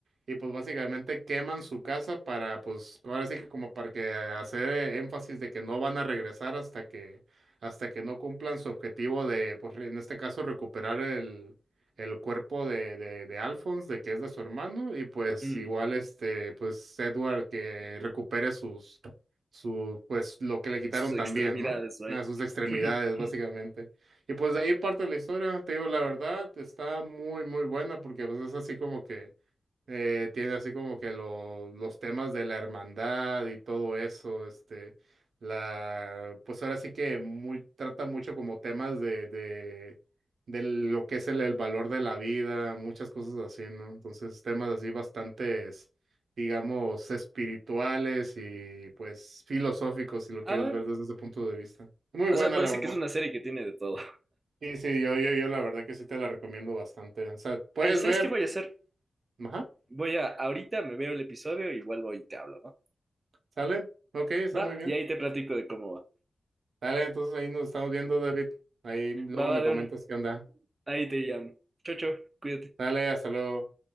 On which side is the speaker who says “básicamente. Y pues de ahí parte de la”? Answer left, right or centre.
Right